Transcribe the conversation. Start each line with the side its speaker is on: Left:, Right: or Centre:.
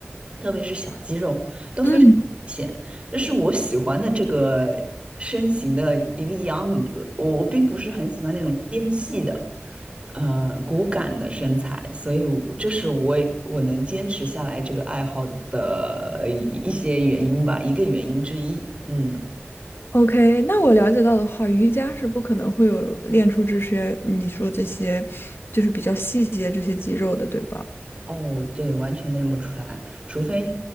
Right: 特别是小肌肉都非常明显。
Left: 嗯，
Right: 这是我喜欢的这个身形的一个样子。我我并不是很喜欢那种纤细的，呃，骨感的身材，所以我这是我我能坚持下来这个爱好的一一些原因吧，一个原因之一。嗯，
Left: OK，那我了解到的话，瑜伽是不可能会有练出这些你说这些，就是比较细节这些肌肉的，对吧？
Right: 哦，对，完全练不出来，除非去